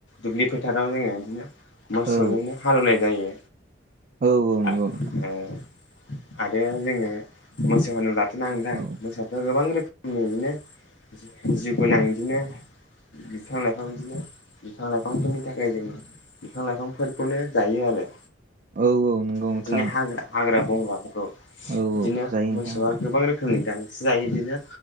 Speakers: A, on the left; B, on the right.
A: दुब्लि फोथाराव जोङो बिदिनो मोसौजोंनो
B: औ
A: हालेवनाय जायो
B: औ
A: आरो
B: नंगौ नोंथां
A: जोङो मोसौ होनोबाथ ना नोंथां
B: औ
A: मोसौआथ गोबां रोखोमनि बिदिनो जिउ गोनां बिदिनो बिफां लाइफां बिदिनो बिफां लाइफांफोरनि थाखाय जों बिफां लाइफांफोरखौनो जायो आरो
B: औ औ नंगौ
A: बिदिनो
B: नोंथां
A: हाग्रा हाग्रा बंग्राफोरखौ
B: औ
A: बिदिनो
B: औ जायो नोंथां
A: बेसेबां
B: हाग्रा
A: गोबां रोखोमनि गांसो जायो बिदिनो